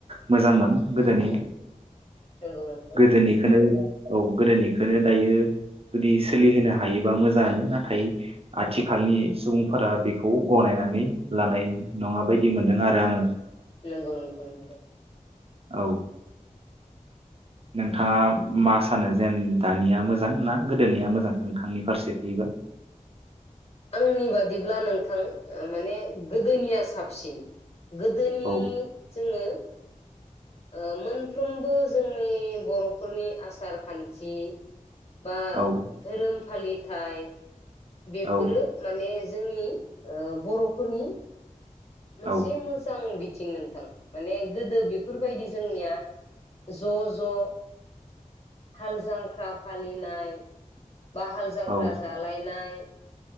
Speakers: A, on the right; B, on the left.
A: मोजांमोन गोदोनिया
B: नंगौ नोंथां
A: गोदोनिखोनो औ गोदोनिखोनो दायो जुदि सोलिहोनो हायोबा मोजां आनो नाथाय आथिखालनि सुबुंफोरा बेखौ गनायनानै लानाय नङा बायदि मोनदों आरो आङो
B: नोंगौ नोंथां नोंगौ
A: औ नोंथाङा मा सानो जेन दानिया मोजां ना गोदोनिया मोजां नोंथांनि फारसे फैयोबा
B: आंनि बादिब्ला नोंथां माने गोदोनिया साबसिन गोदोनि
A: औ
B: जोङो ओ मोनफ्रोमबो जोंनि बर'फोरनि आसार खान्थि बा
A: औ
B: धोरोम फालि थाय बेफोरो
A: औ
B: माने जोंनि ओ बर'फोरनि मोनसे
A: औ
B: मोजां बि बिथिं नोंथां माने गोदो बेफोरबायदि जोंनिया ज' ज' हाल जांख्रा फालिनाय बा हाल जांख्रा
A: औ
B: जालाय नाय